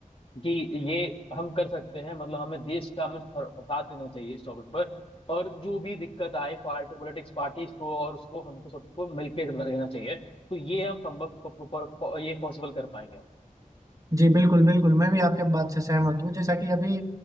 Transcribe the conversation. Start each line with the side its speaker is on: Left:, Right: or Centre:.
Left: कि ये हम कर सकते हैं मतलब हमें देश का हमें फर- साथ देना चाहिए इस टॉपिक पर और जो भी दिक्कत आए पार्टी पॉलिटिक्स पार्टीज को और उसको हमको सबको मिलकर रहना चाहिए तो ये हम संभव प- प- प- ये पॉसिबल कर पाएंगे हम
Right: जी बिल्कुल बिल्कुल मैं भी आपके बात से सहमत हूँ जैसा कि अभी